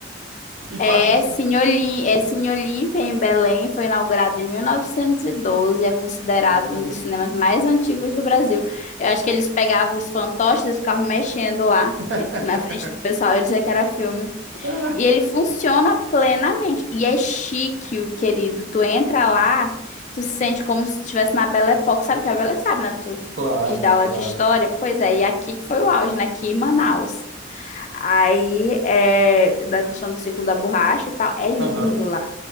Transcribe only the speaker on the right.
E passa
esse.
Caramba.
<laughs>
Ah,
claro,
claro.
Aham.